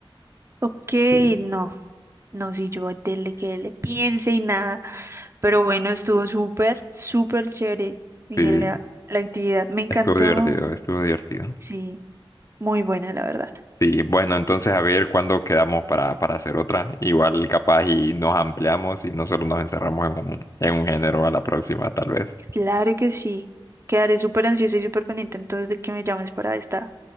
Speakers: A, on the right; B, on the left.
A: ok,
B: Sí,
A: no. No, si yo dele que le piense y nada. Pero bueno, estuvo súper, súper chévere, Miguel,
B: sí,
A: la, la actividad. Me encantó.
B: estuvo divertido, estuvo divertido.
A: Sí, muy buena, la verdad.
B: Sí, bueno, entonces a ver cuándo quedamos para, para hacer otra. Igual capaz y nos ampliamos y no solo nos encerramos en un, en un género a la próxima, tal vez.
A: Claro que sí. Quedaré súper ansiosa y súper pendiente entonces de que me llames para esta,